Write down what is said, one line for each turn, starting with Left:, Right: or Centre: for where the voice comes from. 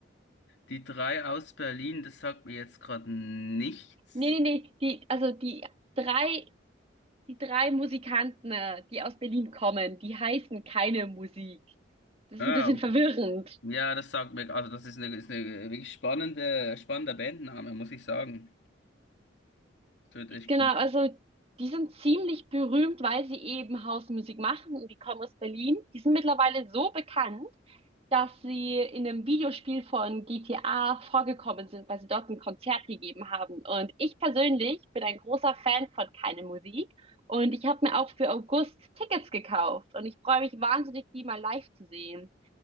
Left: Die drei aus Berlin, das sagt mir jetzt gerade nichts.
Right: Nee, nee, nee, die, also die drei, die drei Musikanten, äh, die aus Berlin kommen, die heißen keine Musik. Das
Left: Ah,
Right: ist ein bisschen
Left: okay.
Right: verwirrend.
Left: Ja, das sagt mir, also das ist eine, ist eine wirklich spannende, spannender Bandname, muss ich sagen. Das wird echt
Right: Genau,
Left: cool.
Right: also die sind ziemlich berühmt, weil sie eben Hausmusik machen und die kommen aus Berlin. Die sind mittlerweile so bekannt, dass sie in einem Videospiel von GTA vorgekommen sind, weil sie dort ein Konzert gegeben haben. Und ich persönlich bin ein großer Fan von Keine Musik und ich habe mir auch für August Tickets gekauft und ich freue mich wahnsinnig, die mal live zu sehen.